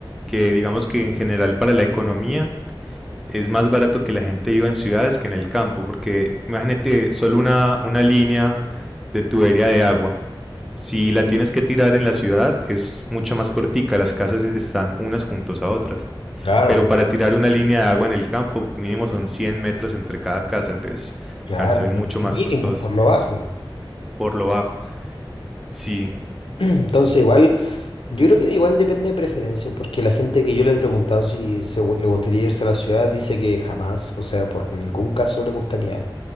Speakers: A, in the centre; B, on the left (about 80°).
A: que digamos que en general para la economía es más barato que la gente viva en ciudades que en el campo, porque imagínate solo una, una línea de tubería de agua. Si la tienes que tirar en la ciudad, es mucho más cortica, las casas están unas juntas a otras
B: Claro,
A: pero para tirar una línea de agua en el campo mínimo son 100 metros entre cada casa, entonces,
B: claro,
A: claro, sale mucho
B: y, y
A: más
B: mínimo,
A: costoso
B: por lo bajo.
A: por lo bajo. Sí,
B: <clears throat> Entonces, igual. Yo creo que igual depende de preferencias, porque la gente que yo le he preguntado si se gu- le gustaría irse a la ciudad dice que jamás, o sea, por ningún caso le gustaría,